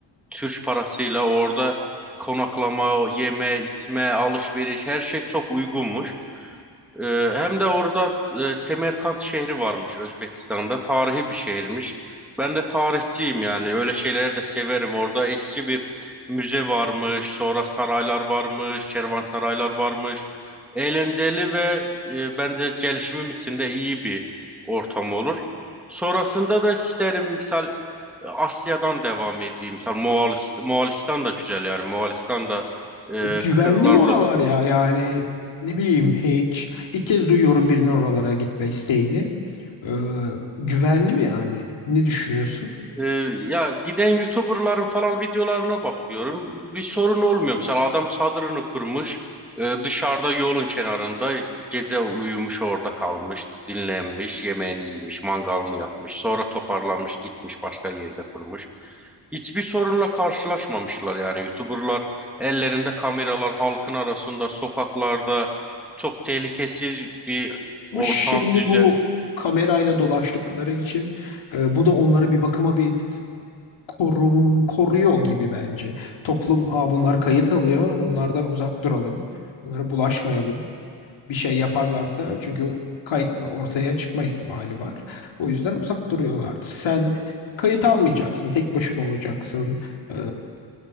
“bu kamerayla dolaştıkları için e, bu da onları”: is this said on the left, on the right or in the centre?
Left